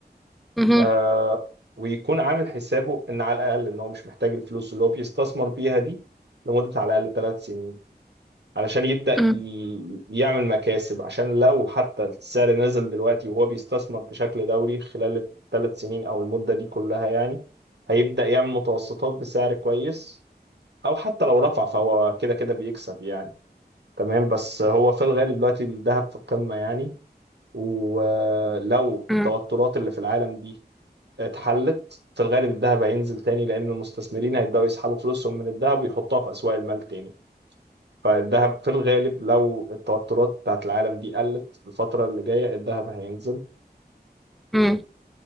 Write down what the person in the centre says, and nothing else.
مهم.
مم.
مم.
مم.